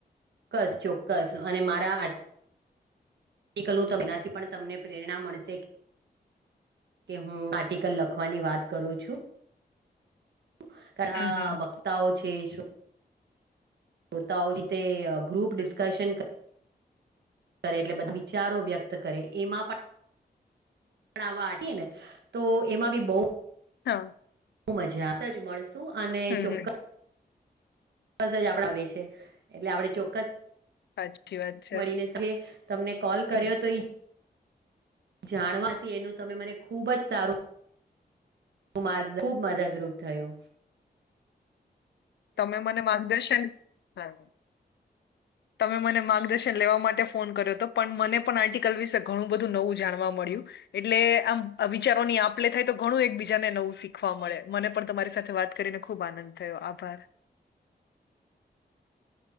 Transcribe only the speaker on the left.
હમ હમ
હમ
હા
હમ
હમ
સાચી વાત છે
હમ.
તમે મને માર્ગદર્શન હા તમે મને માર્ગદર્શન લેવા માટે ફોન કર્યો હતો પણ મને પણ આર્ટિકલ વિશે ઘણું બધું નવું જાણવા મળ્યું એટલે આમ વિચારોની આપલે થાય તો ઘણું એક બીજાને નવું શીખવા મળે મને પણ તમારી સાથે વાત કરીને ખુબ આનંદ થયો આભાર